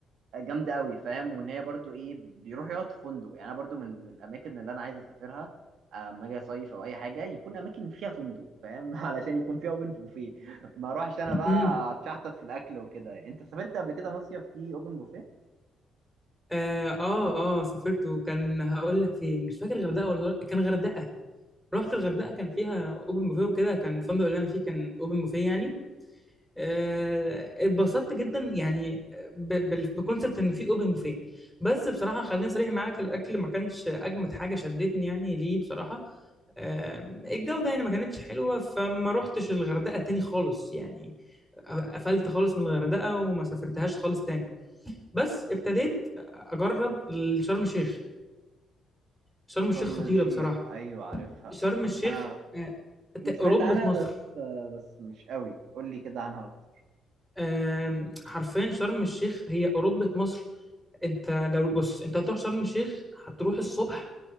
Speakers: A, on the right; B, in the centre.
A: جامده قوي فاهم وان هي برضو ايه بيروح يقعد في فندق يعني انا برضو من, من الاماكن اللي انا عايز اسافرها اما اجي اصيف او اي حاجه يكون اماكن فيها فندق فاهم <laughs> علشان يكون فيها اوبن بوفيه ما اروحش انا بقى
B: مم.
A: اتشحطط في الاكل وكده يعني انت سافرت قبل كده مصيف فيه اوبن بوفيه
B: اه اه آه، سافرت وكان هقول لك فين مش فاكر غردقه ولا كان غردقه رحت الغردقه كان فيها اوبن بوفيه وكده كان الفندق اللي انا فيه كان اوبن بوفيه يعني آه، اتبسطت جدا يعني ب- بال- بكونسبت ان في اوبن بوفيه بس بصراحه خليني صريح معاك الاكل ما كانش اجمد حاجه شدتني يعني ليه بصراحه آم، الجوده يعني ما كانتش حلوه فما روحتش الغردقه تاني خالص يعني قفلت خالص من الغردقه وما سافرتهاش خالص تاني بس ابتديت اجرب شرم الشيخ شرم الشيخ
A: شرم
B: خطيره
A: الشيخ
B: بصراحه
A: ايوه عارفها
B: شرم الشيخ
A: انا
B: آه، ت-
A: سمعت
B: اوروبه
A: عنها
B: مصر
A: بس بس مش قوي قول لي كده عنها اكتر
B: آم، حرفيا شرم الشيخ هي اوروبه مصر انت لو بص انت هتروح شرم الشيخ هتروح الصبح